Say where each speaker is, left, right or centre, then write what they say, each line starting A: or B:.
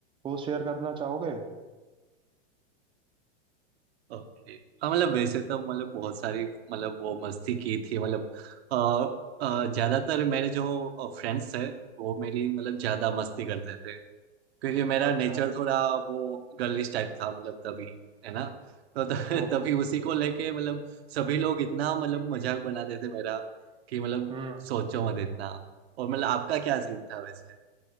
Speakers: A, on the right; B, on the right.
A: वो शेयर करना चाहोगे
B: ओके हाँ मतलब वैसे तो मतलब बहुत सारी मतलब वो मस्ती की थी मतलब अ, अ, ज्यादातर मेरे जो फ्रेंड्स थे वो मेरी मतलब ज्यादा मस्ती करते थे क्योंकि मेरा
A: अच्छा
B: नेचर थोड़ा वो गर्लिश टाइप था मतलब तभी है ना तो त- <laughs>
A: ओहो
B: तभी उसी को लेके मतलब सभी लोग इतना मतलब मजाक बनाते थे मेरा कि मतलब
A: हम्म
B: सोचो मत इतना और मतलब आपका क्या सीन था वैसे